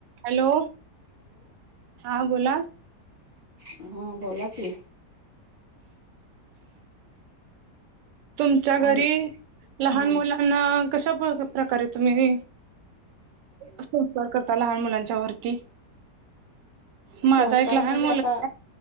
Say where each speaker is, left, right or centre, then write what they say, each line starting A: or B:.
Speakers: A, on the right; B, on the right.
A: Hello हा बोला
B: हम्म बोला कि
A: तुमच्या घरी
B: आणि
A: लहान
B: हा
A: मुला कशा प्रकारे तुम्ही? संस्कार करता लहान मुलांच्या वरती माझा
B: संस्कार
A: एक लहान
B: म्हणजे
A: मुलगा
B: आता